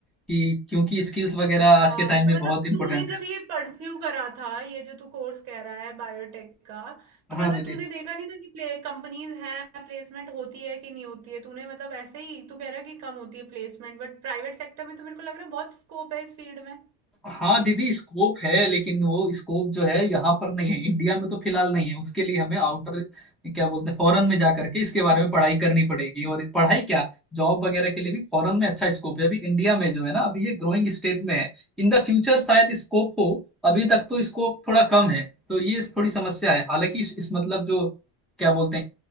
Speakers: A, in the centre; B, on the right.
A: कि क्योंकि स्किल्स वगैरह
B: अच्छा
A: आज के टाइम
B: तो
A: में
B: मतलब
A: बहुत इंपॉर्टेंट
B: तूने जब
A: है
B: ये परस्यू करा था ये जो तू कोर्स कह रहा है बायोटेक का
A: हाँ
B: तो मतलब
A: दीदी
B: तूने देखा नहीं था कि प्ले कंपनीज हैं प्लेसमेंट होती है कि नहीं होती है तूने मतलब ऐसे ही तू कह रहा है कि कम होती है प्लेसमेंट बट प्राइवेट सेक्टर में तो मेरे को लग रहा है बहुत स्कोप है इस फील्ड में
A: हाँ दीदी स्कोप है लेकिन वो स्कोप जो है यहाँ पर नहीं है इंडिया में तो फिलहाल नहीं है उसके लिए हमें आउटर क्या बोलते हैं फॉरेन में जा करके इसके बारे में पढ़ाई करनी पड़ेगी और पढ़ाई क्या जॉब वगैरह के लिए भी फॉरेन में अच्छा स्कोप है अभी इंडिया में जो है ना अभी ये ग्रोइंग स्टेट में है इन द फ्यूचर शायद स्कोप हो अभी तक तो स्कोप थोड़ा कम है तो ये थोड़ी समस्या है हालांकि इस, इस मतलब जो क्या बोलते हैं